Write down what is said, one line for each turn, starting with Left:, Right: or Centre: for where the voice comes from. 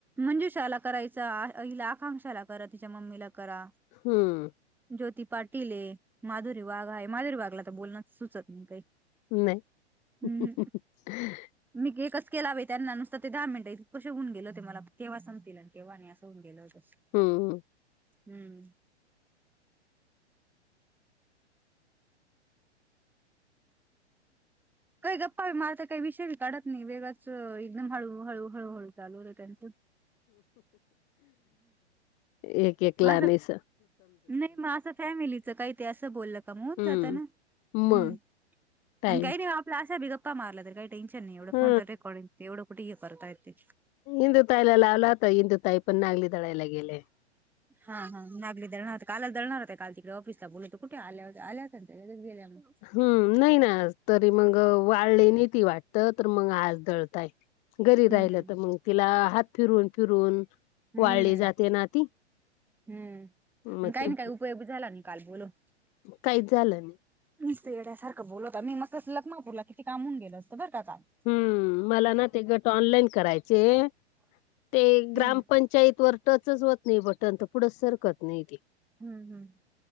Centre: मंजुशाला करायचा आ हिला आकांक्षाशाला करा तिच्या मम्मीला करा
Left: हम्म
Centre: ज्योती पाटील आहे माधुरी वाघ आहे माधुरी वाघला तर बोलणं सुचत नाही काही
Left: नाही
Centre: हम्म मी एकच केला बाई त्यांना नुसत ते दहा मिनट कसे होऊन गेलते मला केव्हा संपतील आणि केव्हा नाही असं होऊन गेल होत
Left: हम्म.
Centre: हम्म. काही गप्पा बी मारत काही विषय बी काढत नाही वेगळाच एकदम हळू हळू हळू हळू चालू होतं त्यांचं.
Left: एक एक ला
Centre: माझं
Left: नही स
Centre: नाही मग अस फॅमिलीच काही ते अस बोलल त मग होऊन
Left: हम्म
Centre: जाता ना. हम्म,
Left: मग टाईम
Centre: काही नाही हो आपला अशा बि गप्पा मारल्या तर काही टेन्शन नाही एवढ
Left: हा
Centre: फोन तर रेकॉर्डिंग, ते एवढ कुठे हे करताय ते.
Left: इंदू ताईला लावला होता. इंदू ताई पण नागली दळायला गेल्याय.
Centre: हा हा नागली दळणार होत्या, कालच दळणार होत्या. काल तिकडे ऑफिसला बोलवल कुठे आल्या होत्या. आल्या होत्या ना त्या लगेच गेल्या मग.
Left: हम्म, नाही ना आज, तरी मग वाळली नाही ती वाटत तर मग आज दळताय. घरी
Centre: हम्म
Left: राहिल
Centre: हम्म
Left: तर मग तिला हात फिरून फिरून
Centre: हम्म
Left: वाळली जाते ना ती
Centre: हम्म,
Left: मग
Centre: काही
Left: ती
Centre: नाही काही उपयोग बी झाला नही काल बोलवून.
Left: काहीच झाल नही.
Centre: नुसता येड्यासारख बोलवता. नी मग कस लखनापूरला किती काम होऊन गेल असत बर का काम.
Left: हम्म मला ना ते गट ऑनलाईन करायचेय. ते ग्रामपंचा
Centre: हम्म
Left: च्याइत वर टच होत नाही बटन तर पुढच सरकत नाही ते.
Centre: हम्म हम्म